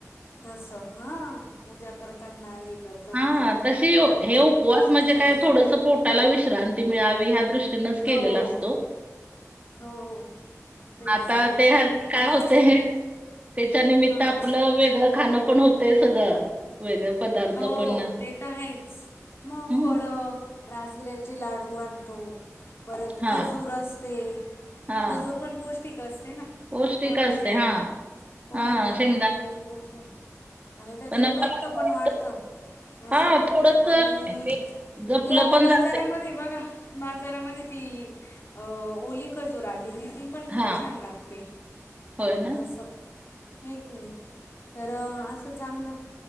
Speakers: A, on the left (about 50°); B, on the right (about 25°).
A: असं. हां पूजा करताना हे करताना
B: हा, तशी हे उपवास म्हणजे
A: हां
B: काय थोडस पो त्याला विश्रांती मिळावी ह्या दृष्टीनच
A: हो
B: केलेला असतो.
A: हो तेच
B: आता
A: तर
B: ते हेल काय
A: आणि
B: होतय. त्येच्या निमित्त
A: हां
B: आपलं वेगळं खाणं पण होतंय सगळं. वेगळं पदार्थ.
A: हो
B: पण
A: ते तर हायच, मग
B: हं.
A: फळ राजगिऱ्याचे लाडू आणतो, परत
B: हां,
A: खजूर असते.
B: हां.
A: खजूर पण पौष्टिक असते ना,
B: पौष्टिक
A: पोरांच्याला.
B: असते. हां,
A: पोरांना
B: हां. शेंगदाणे
A: पण दिलेली पोषण, आणि त्याच्यान
B: पण मला
A: रक्त
B: असं
A: पण
B: वाटतं
A: वाढत. त. अस,
B: हां, थोडंसं
A: आणि
B: हे जपलं
A: ते आता
B: पण
A: बाजारामध्ये
B: जातंय.
A: बघा. बाजारामध्ये ती अ, ओली खजूर आलेली. ती पण खूप
B: हां,
A: छान लागते,
B: होय ना?
A: अस्स हे कीनी. तर, असं चांगल.